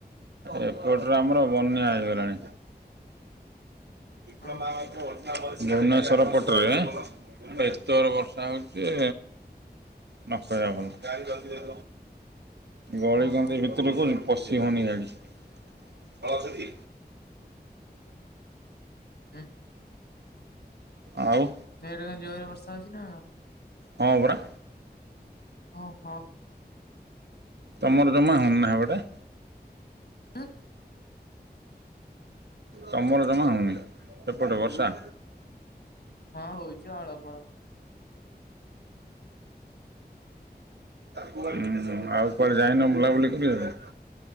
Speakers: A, on the right; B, on the left.
A: ଏପଟରେ ଆମର ବନ୍ୟା ହେଇଗଲାଣି।
B: ହଁ
A: ଭୁବନେଶ୍ୱର ପଟରେଁ, ଏତେଅର୍ ବର୍ଷା ହଉଚିଁ! ନ କହିଆ ଭଲ। ଗଳି
B: ହଁ
A: କନ୍ଦୀ
B: ହଁ
A: ଭିତ୍ ତ ବିକୁନ୍ ପଶି ହଉନି ଗାଡି।
B: ହୁଁ
A: ଆଉ।
B: ହେଆଡେ କଁ ଜୋର୍ ରେ ବର୍ଷା ହଉଛି ନା କଣ?
A: ହଁ ପରା।
B: ଓହୋ।
A: ତମର ଜମା ଅନାଵାଢି
B: ଆଁ।
A: ତମର ଜମା ହଉନି ସେପଟେ ବର୍ଷା।
B: ହଁ ହଉଛି ଅଳପ ଅଳପ।
A: ଉଁ ହୁଁ ଆଉ କୁଆଡେ ଯାଇନ ବୁଲାବୁଲି କରିବାକୁ।